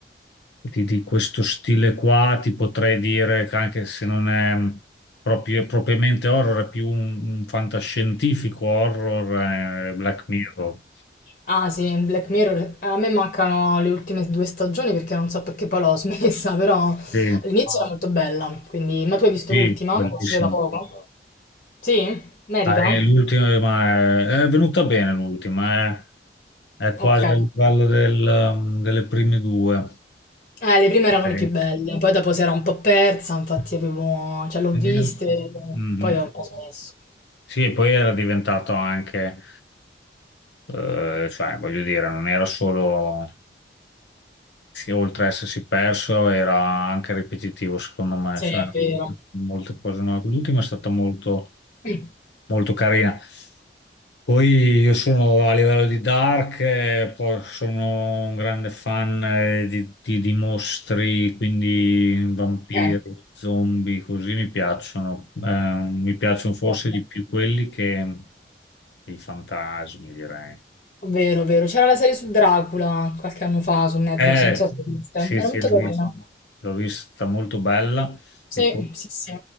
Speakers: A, on the left; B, on the left.
A: di, di questo stile qua, ti potrei dire che anche se non è mm, proprio- propriamente horror, è più un, un fantascientifico horror, eh, Black Mirror.
B: Ah sì, Black Mirror, a me mancano le ultime due stagioni perché non so perché poi l'ho <laughs> smessa, però
A: Sì,
B: all'inizio era molto bella, quindi... Ma tu hai visto
A: sì,
B: l'ultima?
A: bellissimo.
B: che è Uscita da poco? Sì? Merita?
A: Ah, è l'ultima, ma è, è venuta bene l'ultima, eh. È
B: Ok.
A: quasi al livello del, um, delle prime due.
B: Eh, le prime erano
A: Ok.
B: le più belle, poi dopo si era un po' persa, infatti avevo, cioè l'ho
A: Quindi,
B: viste,
A: Mhm.
B: poi ho un po' smesso.
A: Sì, e poi era diventato anche, eh, cioè, voglio dire, non era solo Sì, oltre a essersi perso, era anche ripetitivo, secondo me,
B: Sì,
A: cioè
B: è vero.
A: molte cose no. L'ultima è stata molto,
B: Mm,
A: molto carina. Poi io sono a livello di Dark, eh, poi sono un grande fan eh, di, di- di mostri, quindi vampiri,
B: ok,
A: zombie, così mi piacciono. Eh, mi piacciono forse
B: bello.
A: di più quelli che i fantasmi, direi.
B: Vero, vero. C'era la serie su Dracula qualche anno fa su Netflix,
A: Eh,
B: non so se l'hai vista.
A: sì,
B: Era
A: sì,
B: molto
A: l'ho
B: carina.
A: vista, l'ho vista molto bella.
B: Sì,
A: E poi
B: sì, sì.